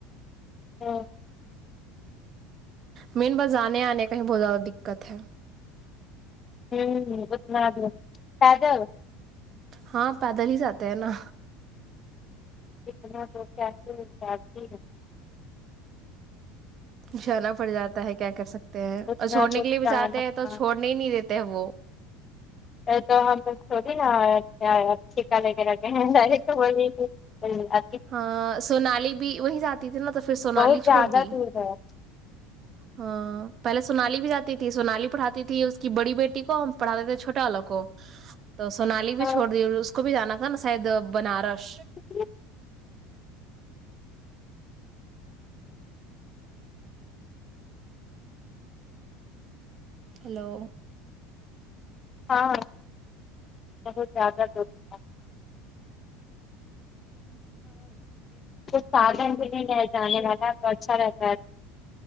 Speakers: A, on the left; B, on the right.
A: ہاں
B: مین بس جانے آنے کا ہی بہت زیادہ دقت ہے
A: چل جاتی ہو <unintelligible>
B: ہاں پیدل ہی جاتے ہیں نا
A: اتنا دور کیسے ہو جاتی ہیں
B: جانا پڑ جاتا ہے کیا کر سکتے ہیں
A: اتنا
B: اور چھوڑنے
A: دور
B: کے لیے بھی
A: جانا
B: جاتے ہیں تو
A: آنا۔
B: چھوڑ نے نہیں دیتا ہے وہ
A: تو ہم تھوڑی نا چھیکا لغیرہ کہریک تو ب تھی <unintelligible> امم اچ
B: ہاں سونالی بھی وہیں جاتی تھی نا تو پھر سونالی
A: بہت زیادہ
B: چھوڑ دی
A: دور ہے
B: ہاں پہلے سونالی بھی جاتی تھی سونالی پڑھاتی تھی اس کی بڑی بیٹی کو ہم پڑھاتے تھے چھوٹا والا کو تو سونالی بھی
A: ہاں
B: چھوڑ دی اس کو بھی جانا تھا نا شاید بنارش
A: <unintelligible>
B: ہیلو
A: ہاں بہت زیادہ گرمی ہے کچھ سادھن بھی نہیں لے جانے والا تو اچھا رہتا ہے